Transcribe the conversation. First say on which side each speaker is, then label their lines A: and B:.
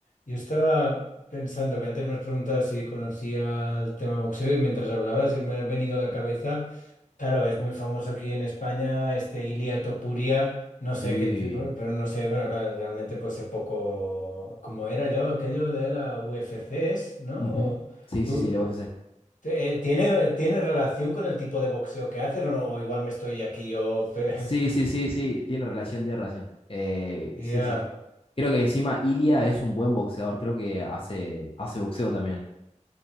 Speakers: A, on the left; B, on the left.
A: Yo estaba pensando que antes me has preguntado si conocía el tema boxeo y mientras hablabas me ha venido a la cabeza. Claro, es muy famoso aquí en España este Ilia Topuria, no sé
B: Sí.
A: qué, te- pero no sé, bueno, claro, realmente pues sé poco cómo era yo, aquello de la UFC, ¿es? ¿no?
B: Ujú.
A: O
B: Sí,
A: ¿Tú,
B: sí, sí, la UFC.
A: te- eh, ¿tiene, tiene relación con el tipo de boxeo que haces o no? O igual me estoy aquí yo... <laughs>
B: Sí, sí, sí, sí, tiene relación, tiene relación. Eh,
A: Ya.
B: sí, sí. Creo que encima Ilia es un buen boxeador, creo que hace, hace boxeo también.